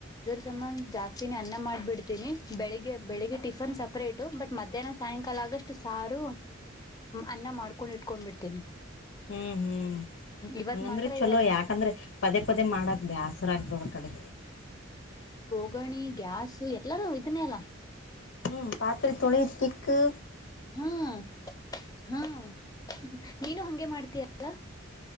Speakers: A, on the left; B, on the left.
A: ಜಮನ್ ಜಾಸ್ತಿನೇ ಅನ್ನ ಮಾಡ್ಬಿಡ್ತೀನಿ. ಬೆಳಿಗ್ಗೆ ಬೆಳಿಗ್ಗೆ ಟಿಫನ್ ಸಪ್ರೇಟ್. ಟೂ ಬಟ್ ಮಧ್ಯಾಹ್ನ ಸಾಯಂಕಾಲ ಆಗಷ್ಟು ಸಾರು ಅನ್ನ ಮಾಡ್ಕೊಂಡ್ ಇಟ್ಕೊಂಡ್ಬಿಡ್ತೇನಿ.
B: ಹ್ಮ್ ಹ್ಮ್
A: ಇವತ್
B: ಹಂಗಂದ್ರೆ
A: ಮಾತ್ರ
B: ಚಲೋ
A: ಇವತ್
B: ಯಾಕಂದ್ರೆ ಪದೇ ಪದೇ ಮಾಡಾಕ್ ಬ್ಯಾಸ್ರ ಅಗ್ತದ್ ಅ ಕಡಿ.
A: ಉಗಣಿ ಗ್ಯಾಸು ಎಲ್ಲಾರೂ ಇದನೇ ಅಲ್ಲ.
B: ಹು ಪಾತ್ರೆ ತೊಳಿ ತಿಕ್ಕು.
A: ಹ್ಮ್ ಹ್ಮ್. ನೀನು ಹಂಗೆ ಮಾಡ್ತೀಯಲ್ಲ.